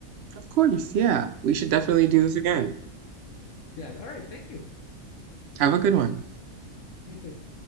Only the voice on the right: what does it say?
Of course, yeah. We should definitely
do this again.
Have a good one.